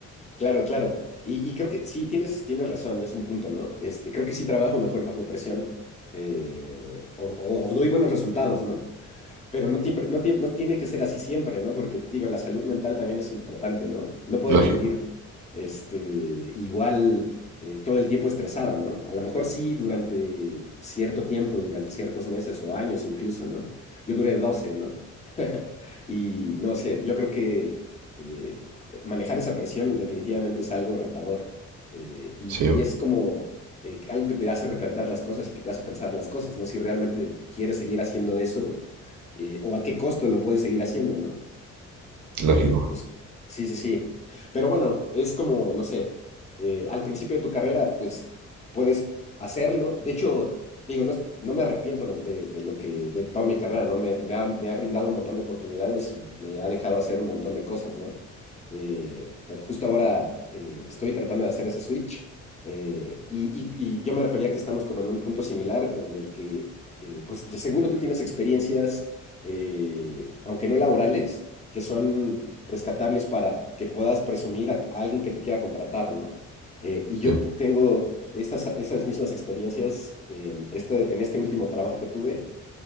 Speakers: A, on the left; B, on the right.
A: Claro, claro. Y, y creo que sí, tienes, tienes razón, es un punto, ¿no? Este, creo que sí trabajo mejor bajo presión eh, o, o o doy buenos resultados, ¿no? Pero no, tiempre- no, tie- no tiene que ser así siempre, ¿no? Porque, digo, la salud mental también es importante, ¿no? No puedes
B: Lógico,
A: rendir este, igual eh, todo el tiempo estresado, ¿no? A lo mejor sí durante cierto tiempo, durante ciertos meses o años incluso, ¿no? Yo duré doce ¿no? <laughs> Y no sé, yo creo que eh, manejar esa presión definitivamente es algo retador. eh, y,
B: sí,
A: y es como eh, algo que te hace replantar las cosas y que te hace pensar las cosas, ¿no? Si realmente quieres seguir haciendo eso eh, o a qué costo lo puedes seguir haciendo, ¿no?
B: lógico,
A: Eh, pues sí, sí, sí. Pero bueno, es como, no sé, eh, al principio de tu carrera, pues puedes hacerlo. De hecho, digo, no, es- no me arrepiento de, de- de lo que, de toda mi carrera, ¿no? Me, me ha, me ha brindado un montón de oportunidades y me ha dejado hacer un montón de cosas, ¿no? Eh, pero justo ahora eh, estoy tratando de hacer ese switch. eh, y, y- y yo me refería que estamos como en un punto similar en el que, eh, pues de seguro tú tienes experiencias, eh, aunque no laborales que son rescatables para que puedas presumir a, a alguien que te quiera contratar, ¿no? Eh, y yo
B: sí,
A: pu- tengo estas, esas mismas experiencias en este, en este último trabajo que tuve,